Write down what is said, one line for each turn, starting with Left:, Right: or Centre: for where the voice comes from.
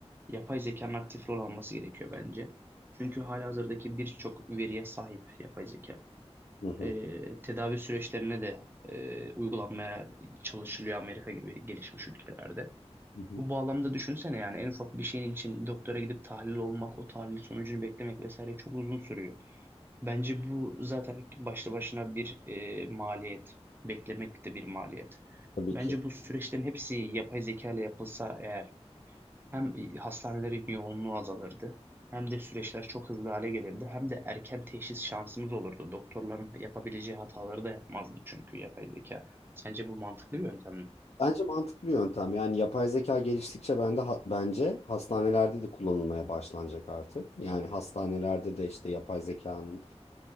Right: yapay zekanın aktif rol alması gerekiyor bence. Çünkü halihazırdaki birçok veriye sahip yapay zeka.
Left: Hı hı,
Right: e, tedavi süreçlerine de e, uygulanmaya çalışılıyor Amerika gibi gelişmiş ülkelerde.
Left: hı hı.
Right: Bu bağlamda düşünsene yani en ufak bir şeyin için doktora gidip tahlil olmak, o tahlil sonucunu beklemek vesaire çok uzun sürüyor. Bence bu zaten başlı başına bir e, maliyet. Beklemek de bir maliyet.
Left: Tabii
Right: Bence
Left: ki.
Right: bu süreçlerin hepsi yapay zeka ile yapılsa eğer hem hastanelerin yoğunluğu azalırdı, hem de süreçler çok hızlı hale gelirdi, hem de erken teşhis şansımız olurdu. Doktorların yapabileceği hataları da yapmazdı çünkü yapay zeka. Sence bu mantıklı bir yöntem mi?
Left: Bence mantıklı bir yöntem. Yani yapay zeka geliştikçe ben de ha- bence hastanelerde de kullanılmaya başlanacak artık. Yani hastanelerde de işte yapay zekanın